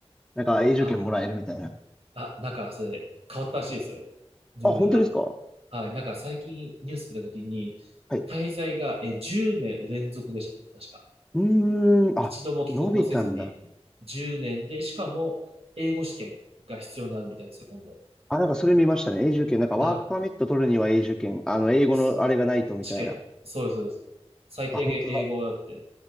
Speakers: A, in the centre; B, on the right.
A: なんか永住権もらえるみたいな。
B: あ、うんあ、なんか、それ、変わったらしいですよ。ルールが。
A: あ、本当ですか
B: はい。なんか、最近ニュース見たときに、
A: はい。
B: 滞在が、え、10年連続でしたね、確か。
A: うーん。あ、
B: 一度も帰国をせずに10年で、
A: 伸びたんだ。
B: しかも英語試験が必要になるみたいですよ、今度。
A: あ、なんかそれ見ましたね。永住権。なんかワークパーミット取るには永住権。
B: な、
A: あの、英語のあれがないとみたいな。
B: す試験。そうです、そうです。最低限英語だって。
A: あ、本当だ。